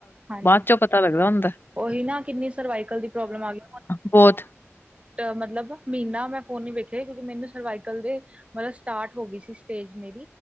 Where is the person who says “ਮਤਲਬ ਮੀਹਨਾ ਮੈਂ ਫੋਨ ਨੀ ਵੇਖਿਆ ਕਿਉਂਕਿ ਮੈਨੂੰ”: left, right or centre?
Right